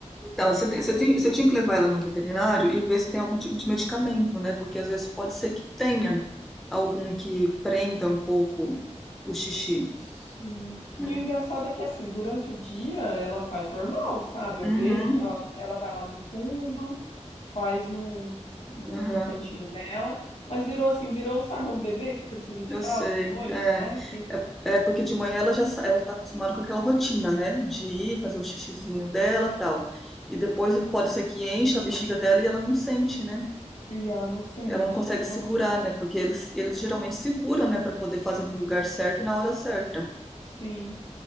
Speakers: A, in the centre; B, on the left.
A: Ela, você
B: né?
A: tem, você tem, você tinha que levar ela no veterinário e ver se tem algum tipo de medicamento, né? Porque às vezes pode ser que tenha algum que prenda um pouco o xixi,
B: Sim.
A: né?
B: E o engraçado é que, assim, durante o dia ela faz normal, sabe? Eu
A: Uhum,
B: vejo que ela, ela vai lá no fundo, faz no, no
A: uhum,
B: cantinho dela, mas virou assim, virou, sabe, um bebê que precisa de
A: eu
B: fralda
A: sei.
B: de noite,
A: É,
B: né? Que,
A: é, é porque de manhã ela já sa- ela está acostumada com aquela rotina, né? De ir fazer o xixizinho dela, tal. E depois pode ser que encha a bexiga dela e ela não sente, né?
B: e ela não sente.
A: Ela não consegue
B: Ah,
A: segurar, né? Porque eles, eles geralmente seguram, né? Para poder fazer no lugar certo e na hora certa.
B: sim.